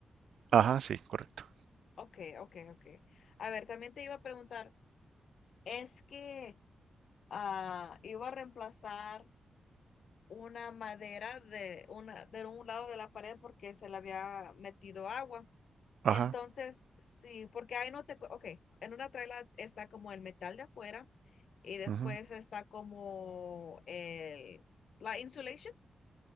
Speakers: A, on the right (about 80°); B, on the left (about 65°).
A: Ajá, sí, correcto.
B: Ok, ok, ok. A ver, también te iba a preguntar, es que ah, iba a reemplazar una madera de, una, de un lado de la pared porque se le había metido agua.
A: Ajá,
B: Entonces, sí, porque ahí no te, cu- ok, en una traila está como el metal de afuera y después
A: ujú,
B: está como el, la insulation